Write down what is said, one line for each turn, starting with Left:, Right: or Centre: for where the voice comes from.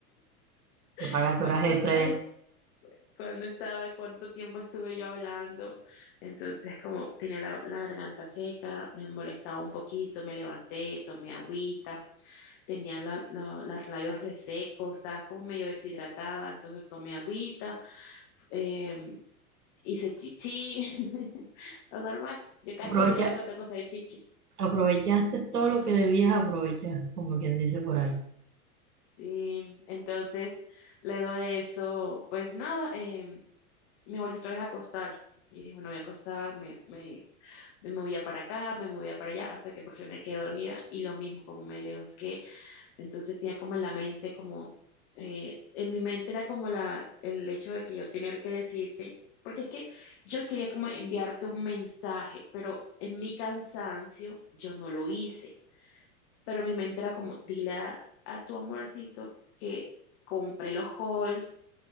Right: que
Left: <laughs>
Right: pagaste
Left: cuántas
Right: horas extra
Left: horas,
Right: ya?
Left: es- cuándo estaba, cuánto tiempo estuve yo hablando. Entonces como tenía la, la garganta seca, me molestaba un poquito, me levanté, tomé agüita, tenía la- la- los labios resecos, estaba como medio deshidratada, entonces tomé agüita em, hice chichi, <laughs> lo normal. Yo cada
Right: Aprovecha-
Left: vez que me levanto tengo que hacer chichi.
Right: aprovechaste todo lo
Left: <laughs>
Right: que debías aprovechar, como quien dice por ahí.
Left: Sí, entonces, luego de eso, pues nada, eh, me volví otra vez a acostar. Y dije, bueno, voy a acostar, me, me, me movía para acá, me movía para allá, hasta que por fin me quedé dormida. Y lo mismo, como me levanté, Entonces tenía como en la mente, como, eh, en mi mente era como la, el hecho de que yo tener que decirte, porque es que yo quería como enviarte un mensaje, pero en mi cansancio yo no lo hice, pero mi mente era como, dile a, a tu amorcito que compre los halls,